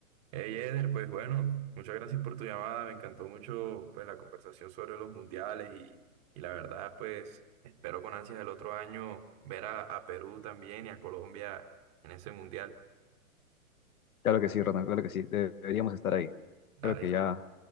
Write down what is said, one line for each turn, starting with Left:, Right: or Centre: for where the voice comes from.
Right: Hey Eder, pues bueno, muchas gracias por tu llamada. Me encantó mucho pues la conversación sobre los mundiales y, y la verdad pues espero con ansias el otro año ver a, a Perú también y a Colombia en ese mundial.
Left: Claro que sí, Ronald, claro que sí. De- Deberíamos estar ahí.
Right: Dale,
Left: Creo que ya